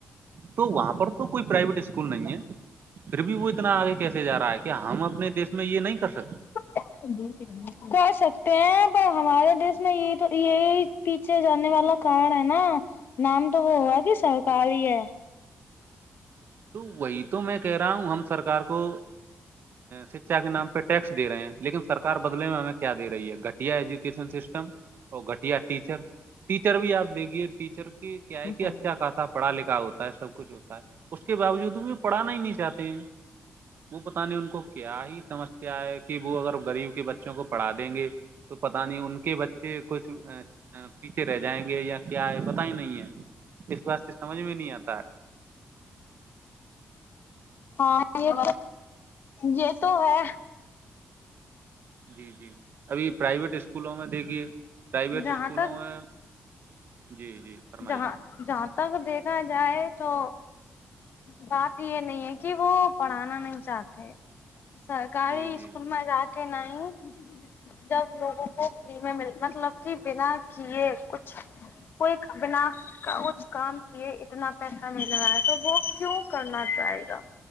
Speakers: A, on the right; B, on the left.
A: تو وہاں پر تو کوئی پرائیویٹ اسکول نہیں ہے پھر بھی وہ اتنا آگے کیسے جا رہا ہے کہ ہم اپنے دیش میں یہ نہیں کر سکتے
B: سند س <unintelligible> کر سکتے ہیں پر ہمارے دیش میں یہ تو یہی پیچھے جانے والا کارن ہے نا نام تو وہ ہوا کہ سرکار ہی ہے
A: تو وہی تو میں کہہ رہا ہوں ہم سرکار کو شکشا کے نام پہ ٹیکس دے رہے ہیں لیکن سرار بدلے میں ہمیں کیا دے رہی ہے گھٹیا ایجوکیشن سسٹم اور گھٹیا ٹیچر ٹیچر بھی آپ دیکھیے ٹیچر کی کیا ہے کہ
B: ہاں
A: اچھا خاصا پڑھا لکھا ہوتا ہے سب کچھ ہوتا ہے اس کے باوجود بھی پڑھانا ہی نہیں چاہتے ہیں وہ پتہ نہیں ان کو کیا ہی سمسیا ہے کہ وہ اگر غریب کے بچوں کو پڑھا دیں گے تو پتا نہیں ان کے بچے کچھ پیچھے رہ جائیں گے یا کیا ہے پتا ہی نہیں ہے اس بات سے سمجھ میں نہیں آتا
B: ہاں یہ یہ تو ہے
A: جی جی ابھی پرائیویٹ اسکولوں میں دیکھیے پرائیویٹ
B: جہاں
A: اسکولوں
B: تک
A: میں جی جی فرمائیے
B: جہاں جہاں تک دیکھا جائے تو بات یہ نہیں ہے کہ کی وہ پڑھانا نہیں چاہتے سرکاری
A: جی
B: اسکول
A: جی
B: میں جا کہ نہیں جب لوگوں کو فری میں مل مطلب کی بنا کیے کچھ کوئی بنا کا اس کام کی اتنا پیسہ مل رہا ہے تو وہ کیوں کرنا چاہے گا